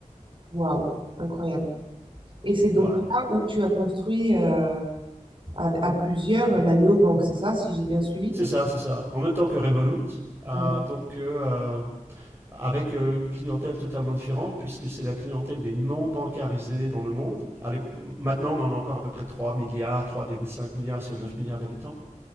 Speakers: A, on the right (about 35°); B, on the right (about 15°).
A: Waouh, incroyable. Et c'est donc
B: Voilà.
A: là où tu as construit euh, à, à plusieurs euh, la néobanque, c'est ça, si j'ai bien suivi?
B: C'est ça, c'est ça. En même temps que Revolut. Euh,
A: Ouais.
B: donc, euh, avec euh, une clientèle totalement différente, puisque c'est la clientèle des non bancarisés dans le monde. Allez, maintenant, on en a encore à peu près 3 milliards, trois virgule cinq milliards sur 9 milliards d'habitants.